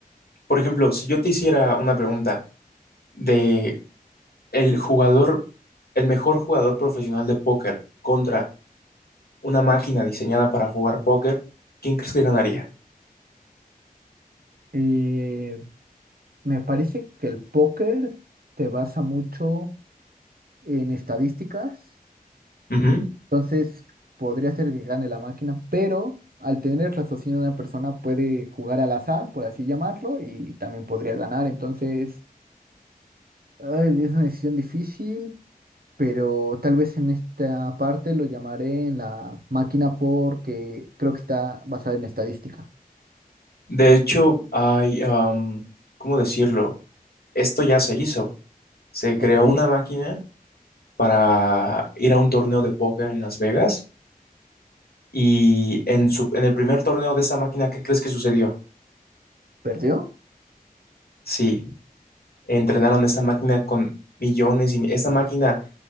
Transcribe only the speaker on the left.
Por ejemplo, si yo te hiciera una pregunta de el jugador, el mejor jugador profesional de póker contra una máquina diseñada para jugar póker, ¿quién crees que ganaría?
Ujú.
De hecho, hay, am, ¿cómo decirlo? Esto ya se hizo. Se
creó una máquina para ir a un torneo de póker en Las Vegas y en, su, en el primer torneo de esa máquina, ¿qué crees que sucedió?
Sí, entrenaron esta máquina con millones y mi- esta máquina